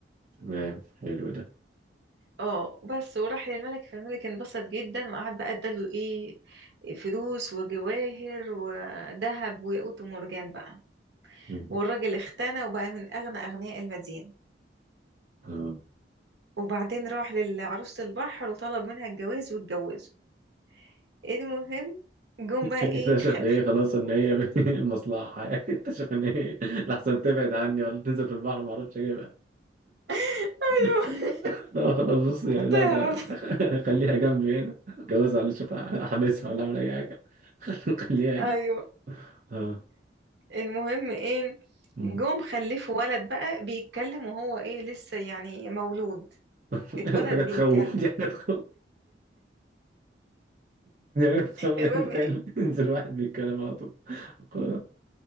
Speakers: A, on the right; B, on the right.
A: تمام حلو ده
B: اه بس وراح للملك فالملك انبسط جدا وقعد بقى اداله ايه فلوس وجواهر وذهب وياقوت ومرجان بقى
A: مم.
B: والراجل اختنى وبقى من اغنى اغنياء المدينه
A: آه.
B: وبعدين راح لعروسة البحر وطلب منها الجواز واتجوزوا إيه المهم جم بقى
A: اكتشف
B: ايه خ...
A: ايه خلاص ان هي <laughs> مصلحه يعني اكتشف ان هي لحسن تبعد عني ولا تنزل في البحر ما اعرفش اجيبها
B: <laughs> ايوه
A: لا <laughs> لا خلاص بص يعني لا
B: تهرب
A: ده <laughs> خليها جنبي هنا اتجوزها ولا اشوف احبسها ولا اعمل اي حاجه <laughs> خليها
B: ايوه
A: هنا اه
B: المهم ايه
A: أمم.
B: جم خلفوا ولد بقى بيتكلم وهو ايه لسه يعني مولود
A: <laughs>
B: اتولد
A: حاجه
B: بيتكلم
A: تخوف دي حاجه تخوف <laughs>
B: المهم
A: تخيل
B: إيه؟
A: ينزل واحد بيتكلم على طول <laughs> قول